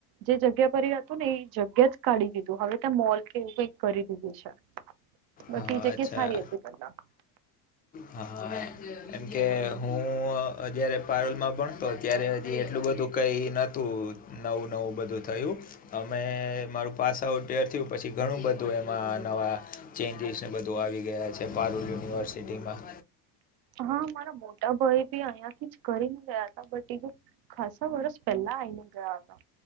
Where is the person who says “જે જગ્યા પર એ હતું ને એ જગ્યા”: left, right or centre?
Right